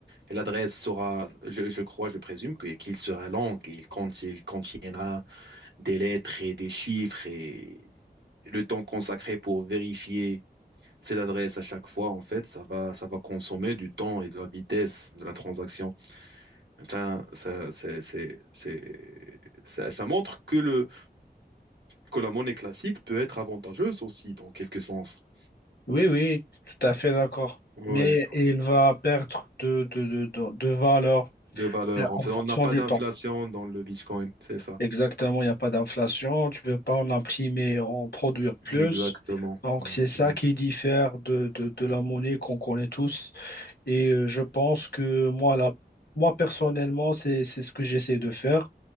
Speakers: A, on the right; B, on the left.
A: et l'adresse sera, je, je crois, je présume que, qu'il sera longue et il, cont- il contiendra des lettres et des chiffres et le temps consacré pour vérifier cette adresse à chaque fois, en fait, ça va, ça va consommer du temps et de la vitesse de la transaction. Enfin, ça, c'est, c'est, c'est- ça, ça montre que le, que la monnaie classique peut être avantageuse aussi, dans quelque sens.
B: Oui, oui, tout à fait d'accord.
A: Ouais,
B: Mais il va perdre de, de, de, de, de valeur
A: de valeur.
B: euh,
A: En
B: en
A: fait,
B: fonction
A: on n'a pas
B: du
A: d'inflation
B: temps.
A: dans le Bitcoin, c'est ça.
B: Exactement, il n'y a pas d'inflation, tu ne peux pas en imprimer, en produire plus.
A: Exactement,
B: Donc,
A: exactement.
B: c'est ça qui diffère de, de, de la monnaie qu'on connaît tous. Et euh, je pense que moi, là, moi personnellement, c'est, c'est ce que j'essaie de faire.